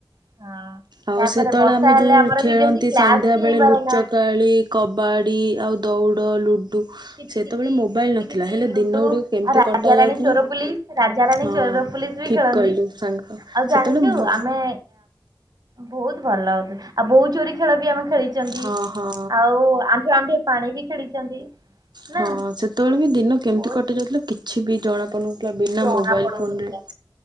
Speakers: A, on the right; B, on the right.
A: ହଁ।
B: ଆଉ
A: ତାପରେ
B: ସେତେବେଳେ
A: ବର୍ଷା
B: ଆମେ
A: ହେଲେ
B: ଯୋଉ
A: ଆମର
B: ଖେଳନ୍ତି
A: ବି ବେଶୀ କ୍ଲାସ
B: ସନ୍ଧ୍ୟାବେଳେ
A: ବି ହେଇପାରେନା।
B: ଲୁଚକାଳି କବାଡ଼ି ଆଉ ଦୌଡ଼, ଲୁଡ଼ୁ
A: କିତି
B: ସେତେବେଳେ
A: କିତି
B: ମୋବାଇଲ୍
A: କିତ
B: ନଥିଲା
A: କିତି,
B: ହେଲେ
A: ଲୁଡୁ
B: ଦିନ ଗୁଡ଼ିକ କେମିତି
A: ଆଉ ରାଜା
B: କଟାଯାଉଥିଲା
A: ରାଣୀ ଚୋର ପୋଲିସ ରାଜା ରାଣୀ
B: ହଁ
A: ଚୋର ପୋଲିସ ବି
B: ଠିକ୍
A: ଖେଳନ୍ତି
B: କହିଲୁ ସାଙ୍ଗ
A: ଆଉ
B: ସେତେବେଳେ
A: ଜାଣିଛୁ
B: ମୋ
A: ଆମେ ବହୁତ ଭଲ ଲାଗୁଥ ଆଉ ବୋହୁ ଚୋରି ଖେଳ ବି ଆମେ ଖେଳିଛନ୍ତି
B: ହଁ ହଁ
A: ଆଉ ଆଣ୍ଠୁଏ ଆଣ୍ଠୁଏ ପାଣି ବି ଖେଳିଛନ୍ତି।
B: ହଁ
A: ନା
B: ସେତେବେଳେ ବି ଦିନ କେମିତି
A: ବହୁତ
B: କଟି ଯାଉଥିଲା କିଛି ବି ଜଣାପଡୁନଥିଲା ବିନା
A: ଜଣା
B: ମୋବାଇଲ
A: ପଡୁନଥିଲା।
B: ଫୋନରେ।